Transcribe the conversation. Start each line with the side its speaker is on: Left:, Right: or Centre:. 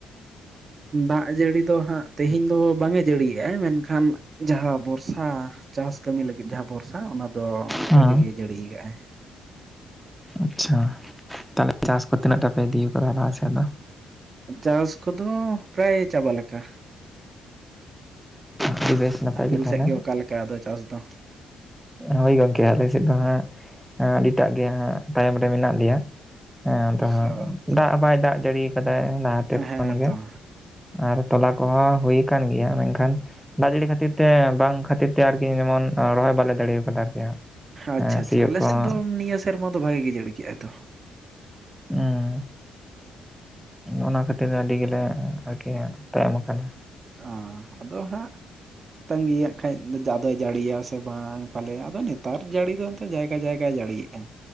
Right: ᱫᱟᱜ ᱡᱟᱹᱲᱤ ᱫᱚ ᱦᱟᱸᱜ ᱛᱮᱦᱮᱧ ᱫᱚ ᱵᱟᱝ ᱮ ᱡᱟᱹᱲᱤᱭᱮᱜ-ᱟ ᱢᱮᱱᱠᱷᱟᱱ ᱡᱟᱦᱟᱸ ᱵᱚᱨᱥᱟ ᱪᱟᱥ ᱠᱟᱹᱢᱤ ᱞᱟᱹᱜᱤᱫ ᱡᱟᱦᱟᱸ ᱵᱚᱨᱥᱟ ᱚᱱᱟ ᱫᱚ
Centre: ᱦᱮᱸ
Right: ᱵᱷᱟᱜᱤ ᱜᱮ ᱡᱟᱹᱲᱤᱭ ᱠᱟᱜ ᱟᱭ᱾
Centre: ᱟᱪᱪᱷᱟ ᱛᱟᱦᱞᱮ ᱪᱟᱥ ᱠᱚ ᱛᱤᱱᱟᱹᱜ ᱴᱟ ᱯᱮ ᱤᱫᱤᱣ ᱠᱟᱫᱟ ᱞᱟᱦᱟ ᱥᱮᱫ ᱫᱚ?
Right: ᱪᱟᱥ ᱠᱚᱫᱚ ᱯᱨᱟᱭ ᱪᱟᱵᱟ ᱞᱮᱠᱟ᱾
Centre: ᱟᱹᱰᱤ ᱵᱮᱥ ᱱᱟᱯᱟᱭ
Right: ᱟᱹᱵᱤᱱ
Centre: ᱛᱟᱦᱚᱞᱮ
Right: ᱥᱮᱜ ᱜᱮ ᱚᱠᱟ ᱞᱮᱠᱟ ᱟᱫᱚ ᱪᱟᱥ ᱫᱚ?
Centre: ᱦᱳᱭ ᱜᱚᱝᱠᱮ ᱟᱞᱮ ᱥᱮᱫ ᱫᱚ ᱦᱟᱸᱜ ᱟᱹᱰᱤᱴᱟᱜ ᱜᱮ ᱦᱟᱸᱜ ᱛᱟᱭᱚᱢ ᱨᱮ ᱢᱮᱱᱟᱜ ᱞᱮᱭᱟ᱾ ᱦᱮᱸ ᱟᱫᱚ
Right: ᱦᱚᱸ
Centre: ᱦᱟᱸᱜ ᱫᱟᱜ ᱦᱚᱸ ᱵᱟᱭ ᱫᱟᱜ ᱡᱟᱹᱲᱤ ᱠᱟᱫᱟᱭ ᱞᱟᱦᱟᱛᱮ ᱠᱷᱚᱱ
Right: ᱦᱮᱸ
Centre: ᱜᱮ,
Right: ᱛᱚ
Centre: ᱟᱨ ᱛᱚᱞᱟ ᱠᱚᱦᱚᱸ ᱦᱩᱭ ᱠᱟᱱ ᱜᱮᱭᱟ ᱢᱮᱝᱠᱷᱟᱱ ᱫᱟᱜ ᱡᱟᱹᱲᱤ ᱠᱷᱟᱹᱛᱤᱨ ᱛᱮ ᱵᱟᱝ ᱠᱷᱟᱹᱛᱤᱨ ᱛᱮ ᱟᱨᱠᱤ ᱡᱮᱢᱚᱱ ᱨᱚᱦᱚᱭ ᱵᱟᱞᱮ ᱫᱟᱲᱮᱣ ᱠᱟᱫᱟ ᱟᱨᱠᱤ ᱦᱟᱸᱜ᱾
Right: ᱟᱪᱪᱷᱟ
Centre: ᱦᱮᱸ
Right: ᱟᱪᱪᱷᱟ
Centre: ᱥᱤᱭᱳᱜ
Right: ᱟᱞᱮᱥᱮᱫ
Centre: ᱠᱚᱦᱚᱸ
Right: ᱫᱚ ᱱᱤᱭᱟᱹ ᱥᱮᱨᱢᱟ ᱫᱚ ᱵᱷᱟᱜᱤ ᱜᱮ ᱡᱟᱹᱲᱤ ᱠᱮᱜ-ᱟᱭ ᱛᱚ᱾
Centre: ᱩᱦ ᱚᱱᱟ ᱠᱷᱟᱹᱛᱤᱨ ᱟᱹᱰᱤ ᱜᱮᱞᱮ ᱟᱨᱠᱤ ᱛᱟᱭᱚᱢ ᱟᱠᱟᱱᱟ᱾
Right: ᱚ ᱟᱫᱚ ᱦᱟᱸᱜ ᱛᱟᱸᱜᱤᱭᱟᱜ ᱠᱷᱟᱡ ᱫᱚ ᱡᱟ ᱫᱟᱜ ᱫᱚᱭ ᱡᱟᱹᱲᱤᱭᱟ ᱥᱮ ᱵᱟᱝ ᱯᱟᱞᱮ ᱟᱫᱚ ᱱᱮᱛᱟᱨ ᱡᱟᱹᱲᱤ ᱫᱚ ᱮᱱᱛᱮᱫ ᱡᱟᱭᱜᱟ ᱡᱟᱭᱜᱟᱭ ᱡᱟᱹᱲᱤᱭᱮ-ᱟ᱾